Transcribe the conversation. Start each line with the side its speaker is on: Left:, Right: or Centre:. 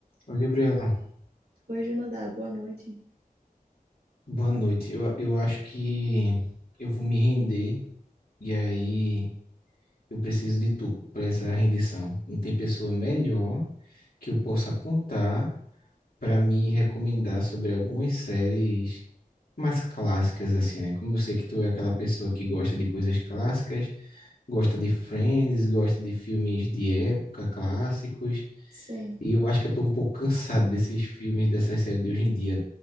Left: Oi, Gabriela.
Right: Oi, Junadá, boa noite.
Left: Boa noite. Eu, eu acho que eu vou me render e aí eu preciso de tu para essa rendição. Não tem pessoa melhor que eu possa contar para me recomendar sobre algumas séries mais clássicas, assim, né? Como eu sei que tu é aquela pessoa que gosta de coisas clássicas, gosta de Friends, gosta de filmes de época, clássicos,
Right: Sim.
Left: e eu acho que eu tô um pouco cansado desses filmes, dessas séries de hoje em dia.